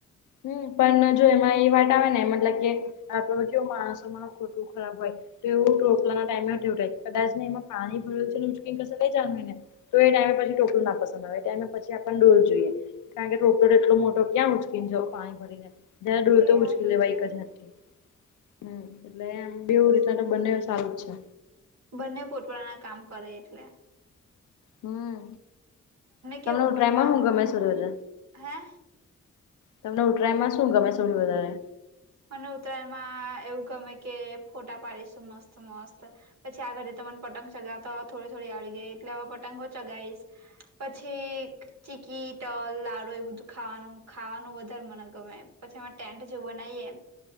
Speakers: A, on the left; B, on the right.
A: હમ પણ જો એમાં એ વાત આવે ને મતલબ કે આપડે કેવું માણસોમાં ખોટું ખરાબ હોય. તો એવું ટોટલા ના ટાઈમે વાય કદાચ ને એમાં પાણી ભર્યું છે ને ક લ જાણય ને તો એ ટાઈમે પછી ટોકલુંના પસંદ આવે એ ટાઈમે પછી આપને ડોલ જોઈએ. કારણ કે ટોકર એટલો મોટો ક્યાં ઉચકીને જવું. પાણી ભરીને જને ડોલતો
B: એ હારું
A: ઉચકી લેવા
B: છે
A: એક જ હાથ થી. હમ એટલે એમ બેવ એટલા તો બંને સારું જ છે.
B: બંને પોત પોતાના કામ કરે એટલે
A: હમ તમને
B: કેવું
A: હું
B: ઘરમાં
A: ટ્રાઈમાં હું ગમે શર જ
B: હે?
A: તમને ઉટરાઈમાં શું ગમે છે સૌથી વધારે
B: મને ઉત્તરાયણમાં એવું ગમે કે ફોટા પાડીશું મસ્ત મસ્ત પછી આગળ તા મને પતંગ ચગાવતા થોડી થોડી આવડી ગઈ એટલે હવે પતંગો ચગાઈશ પછી ચીકી તલ લારુ એ બધું ખાવાનું ખાવાનું વધારે મને ગમે પછી અમે ટેન્ટ જેવું બનાઈએ.